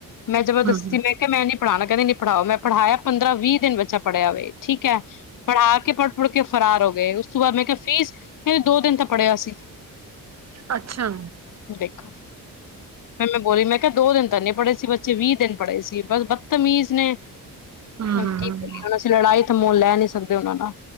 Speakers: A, on the left; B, on the right.
A: ਮੈਂ ਜਬਰਦਤੀ
B: ਹਮ
A: ਮੈਂ ਕਿਹਾ ਮੈਂ ਨੀ ਪੜਾਣਾ ਕਿੰਦੀੀ ਪੜ੍ਹਾਓ ਮੈਂ ਪੜਾਇਆ ਪੰਦਰਾਂ ਵੀਹ ਦਿਨ ਬੱਚਾੜਿਆ ਹੋਵੇ ਠੀਕ ਹੈ ਪੜ੍ਹਾ ਕੇ ਪੜ ਮੁੜ ਕੇ ਫਰਾਰ ਹੋ ਉਸ ਤੋਂ ਬਾਅਦ ਮੈਂ ਕਿਹਾ ਫੀਸ ਮੇ ਦੋ ਦਿਨ ਤਾਂ ਪੜ੍ਹਿਆ ਸੀ
B: ਅੱਛਾ ਹਮ
A: ਦੇਖੋ ਫ ਮੈਂ ਬੋਲੀ ਮੈਂ ਦੋ ਦਿਨ ਤਾਂ ਨਹੀਂ ਪੜ੍ਹੇ ਸੀ ਬੱਚੇ ਵੀਹ ਦਿਨ ਪੜ੍ਹੇ ਸੀ ਬਸ ਬਦਤਮੀਜ਼ ਨੇ ਕੀ
B: ਹਮ
A: ਬੋਲੀ ਉਹ ਸੀ ਲੜਾਈ ਤੇ ਮੁੋਨ ਲੈਣੀ ਸਕਦੇ ਉਹਨਾਂ ਨਾਲ